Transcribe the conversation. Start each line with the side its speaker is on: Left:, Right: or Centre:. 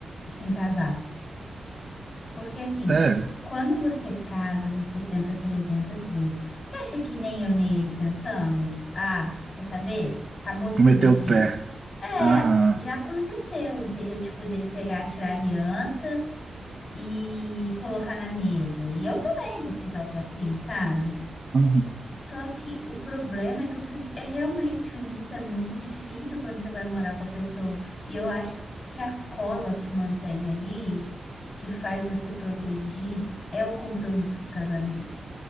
Left: sem casar. Porque assim,
Right: Sério,
Left: quando você casa, você pensa 300 vezes. Você acha que nem eu nem ele pensamos? Ah, quer saber? Acabou tudo
Right: meteu
Left: aqui.
Right: o pé.
Left: É,
Right: Aham.
Left: já aconteceu, entendeu? Tipo, dele pegar, tirar a aliança e colocar na mesa. E eu também já fiz algo assim, sabe?
Right: Uhum.
Left: Só que o problema é que o, prim- é realmente o início é muito difícil quando você vai morar com a pessoa. E eu acho que que a cola que mantém ali, que faz você progredir, é o compromisso do casamento,